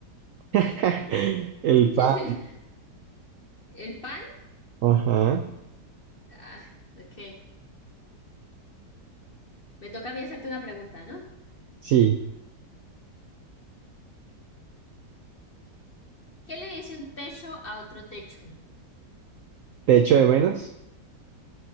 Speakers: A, on the right; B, on the left.
A: <laughs> El
B: <laughs>
A: pan.
B: ¿El pan?
A: Ajá,
B: Ah, ok. Me toca a mí hacerte una pregunta, ¿no?
A: sí,
B: ¿Qué le dice un techo a otro techo?
A: te echo de menos,